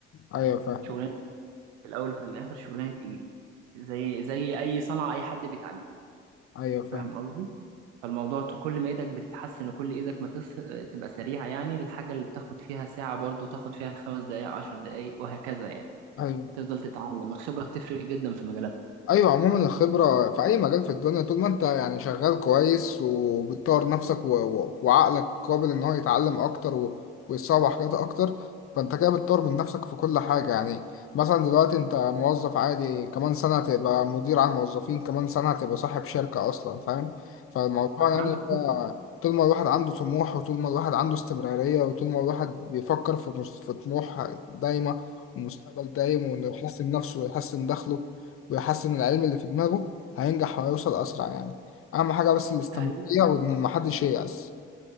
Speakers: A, on the left (about 40°); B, on the right (about 80°).
A: ايوه فاهم
B: شغلانة في الاول وفي الاخر شغلانة ايد زي زي اي صنعة اي حد بيتعلم
A: ايوه فاهم
B: فاهم قصدي فالموضوع تو- كل ما ايدك بتتحسن وكل ايدك ما تص... تبقى سريعة يعني الحاجة اللي بتاخد فيها ساعة برضو تاخد فيها خمس دقايق عشر دقايق وهكذا يعني
A: ايوه
B: تفضل تتعلم الخبرة بتفرق جدا في مجالات
A: ايوه عموما الخبره في اي مجال في الدنيا طول ما انت يعني شغال كويس وبتطور نفسك و... و... وعقلك قابل ان هو يتعلم اكتر و... ويتصور حاجات اكتر فانت كده بتطور من نفسك في كل حاجه يعني مثلا دلوقتي انت موظف عادي كمان سنه هتبقى مدير على الموظفين كمان سنه هتبقى صاحب شركه اصلا فاهم فالموضوع
B: أصلاً
A: يعني
B: عندك
A: هو طول ما الواحد عنده طموح وطول ما الواحد عنده استمراريه وطول ما الواحد بيفكر في مس- في طموح دايمه ومستقبل دايم وانه يحسن نفسه ويحسن دخله ويحسن العلم اللي في دماغه هينجح وهيوصل أسرع يعني أهم حاجة بس الاستمرارية
B: أهم-
A: وإن محدش ييأس